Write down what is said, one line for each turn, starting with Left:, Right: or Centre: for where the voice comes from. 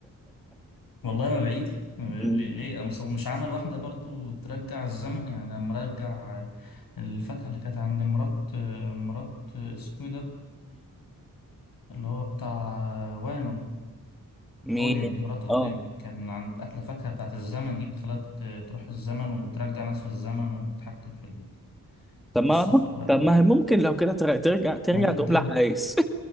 Left: والله ما بعيد آه،
Centre: مم.
Left: ليه ليه؟ أصل هو مش عمل واحدة برضو ترجع الزمن يعني لما رجع آه، الفاكهة اللي كانت عند مرات آه، مرات آه، اسمه إيه ده اللي هو بتاع آه، وانو
Centre: مين
Left: أودين مرات أودين
Centre: اه
Left: كان عند أكلة فاكهة بتاعت الزمن دي بتخليها ت- تروح الزمن وترجع ناس في الزمن وتتحكم في ال-
Centre: طب ما
Left: في السفر بقى
Centre: طب ما هي ممكن لو كده ترجع ترجع ترجع
Left: ما ممكن
Centre: تقوم لحقايس